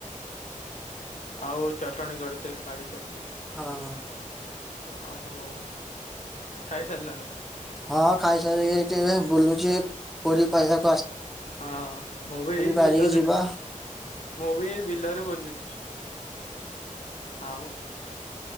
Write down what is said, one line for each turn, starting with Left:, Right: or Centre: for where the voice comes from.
Left: ଆଉ ଚଟଣି କରିଥିଲେ ଆଳୁ ଚଟଣି।
Centre: ହଁ।
Left: ଆଉ ଖାଇସାରିଲାଣି?
Centre: ହଁ ଖାଇସାରିକି ଏଠିରେ ବୁଲୁଛି ପୂରି। <unintelligible>
Left: ହଁ ମୁଁ ବି ଏଇ
Centre: ପାରିକି
Left: ବିଲରେ
Centre: ଯିବା
Left: ମୁଁ ବି ଏଇ ବିଲରେ ବୁଲୁଛି। ଆଉ